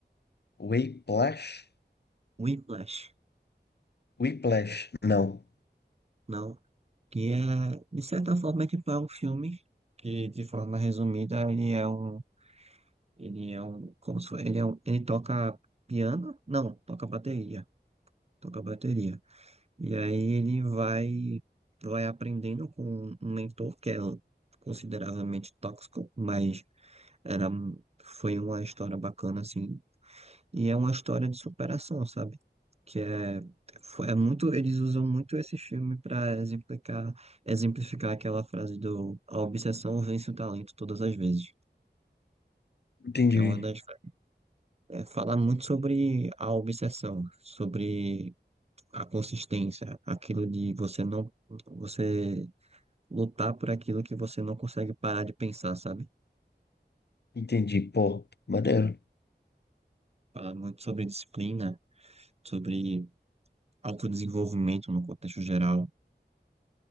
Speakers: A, on the left; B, on the right.
A: Whiplash?
B: Whiplash,
A: Whiplash, não.
B: não? Que é, de certa forma, é tipo, é um filme que, de forma resumida, ele é um Ele é um, como se, fo- ele é um, ele toca piano? Não, toca bateria, toca bateria. E aí ele vai, vai aprendendo com um mentor que é consideravelmente tóxico, mas era, foi uma história bacana assim. E é uma história de superação, sabe? Que é, foi- é muito, eles usam muito esse filme para exemplificar, exemplificar aquela frase do a obsessão vence o talento todas as vezes,
A: Entendi,
B: que é uma das é falar muito sobre a obsessão, sobre a consistência, aquilo de você não, você lutar por aquilo que você não consegue parar de pensar, sabe?
A: entendi, pô, maneiro.
B: Falar muito sobre disciplina, sobre autodesenvolvimento no contexto geral.